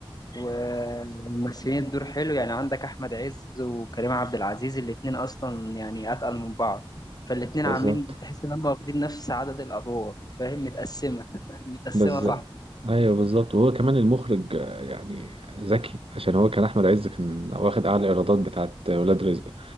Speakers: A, on the left; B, on the right.
A: وممثلين الدور حلو يعني عندك أحمد عز وكريم عبد العزيز الاتنين أصلا يعني أتقل من بعض فالاتنين
B: بالظبط
A: عاملين تحس إن هم واخدين نفس عدد الأدوار فاهم متقسمة <laughs> متقسمة
B: بس
A: صح
B: ايوه بالظبط وهو كمان المخرج آه، يعني ذكي عشان هو كان احمد عز كان واخد اعلى ايرادات بتاعت ولاد رزق